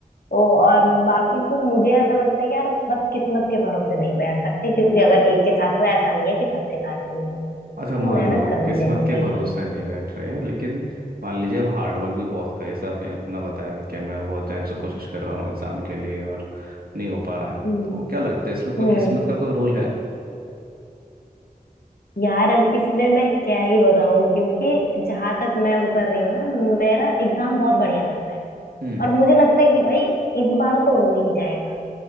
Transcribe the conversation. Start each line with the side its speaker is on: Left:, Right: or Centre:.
Left: तो और बाकी तो मुझे ऐसा लगता है कि यार बस किस्मत के भरोसे नहीं बैठ सकते क्योंकि अगर एक के साथ हुआ ऐसा नहीं है कि सबके साथ ही होगा तो
Right: अच्छा मान
Left: मेहनत
Right: लो
Left: करती
Right: किस्मत
Left: रहनी चाहिए
Right: के भरोसे नहीं बैठ रहे हैं लेकिन मान लीजिए अब हार्डवर्क भी बहुत का है। जैसे आपने अपना बताया कि मैं बहुत टाइम से कोशिश कर रहा हूँ एग्जाम के लिए और नहीं हो पा रहा है
Left: हम्म
Right: तो क्या लगता है इसमें कोई
Left: हम्म
Right: किस्मत का कोई रोल है
Left: यार अब इसमें मैं क्या ही बताऊं क्योंकि जहां तक मैं वो कर रही हूँ ना मेरा एग्जाम बहुत बढ़िया जाता है
Right: हम्म
Left: और मुझे लगता है कि भाई इस बार तो हो ही जाएगा